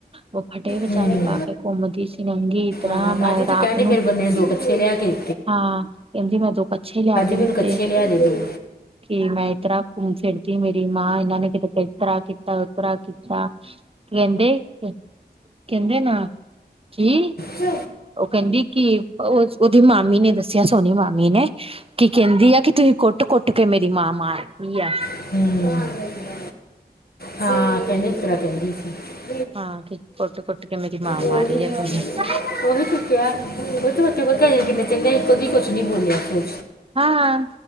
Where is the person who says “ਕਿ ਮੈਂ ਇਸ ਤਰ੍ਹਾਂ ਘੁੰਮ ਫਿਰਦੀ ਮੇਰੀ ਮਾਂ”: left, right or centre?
Right